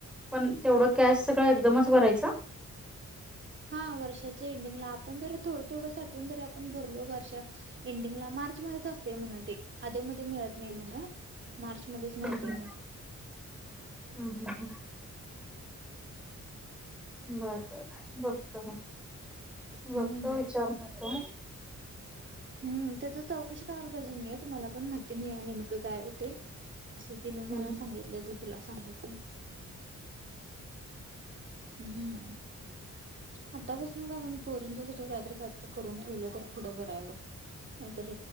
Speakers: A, in the centre; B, on the right (about 40°).
A: पण तेवढं कॅश सगळं एकदमच भरायचं.
B: हा वर्षाच्या एंडिंगला आपण जरी थोडं थोडं साठवून जरी आपण भरलो वर्षा एंडिंगला मार्च मध्येच असते म्हण. ते आध्या मध्ये मिळत नाही म्हण. मार्च मध्येच मिळते
A: हम
B: म्हण
A: हम हम बर बर बघतो. हे बघतो
B: हम्म
A: विचारणारतो.
B: हम त्या तर चौकशी करायला पाहिजे नाही तुम्हाला पण माहिती नाही नेमकं काय ते असं तिनं
A: हम्म
B: मला सांगितलं ज तुला सांगितत. हम्म आतापस ना तर आपण पोरींच्या सा कायत कायत करून ठेवलं तर पुढं बरावं. तर